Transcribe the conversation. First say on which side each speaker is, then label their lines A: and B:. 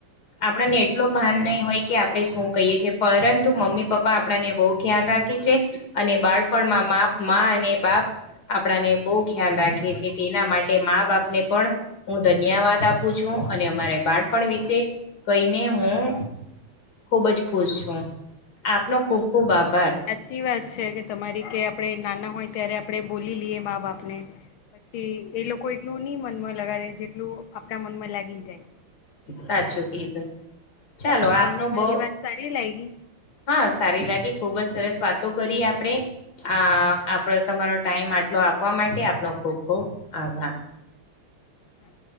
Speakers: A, on the left; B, on the left.
A: આપણને એટલો ભાન નહીં હોય કે આપણે શું કહીએ છેએ પરંતુ મમ્મી પપ્પા આપણને બહુ ખ્યાલ રાખે. રાખે છે. અને બાળપણમાં માપ અને બાપ આપણાને બહુ ખ્યાલ રાખે છે. તેના માટે મા બાપને પણ હું ધન્યવાદ આપું છું. અને અમારા બાળપણ વિશે કહીને હું ખુબ જ ખુશ છું. આપનો ખુબ ખુબ આભાર.
B: સાચી વાત છે કે તમારી કે આપણે નાના હોય ત્યારે આપણે બોલી લઈએ મા બાપને પછી એ લોકો એટલું નઈ મનમાં લગાડે જેટલું આપડા મનમાં લાગી જાય.
A: સાચું કીધું.
B: સાચી વાત
A: ચાલો આપનું
B: તમને મારી
A: બહ
B: વાત સારી લાગી
A: હા સારી લાગી. ખુબ જ સરસ વાતો કરી આપણે આ આપડે તમારો ટાઈમ આટલો આપવા માટે આપનો ખુબ ખુબ આભાર.
B: હા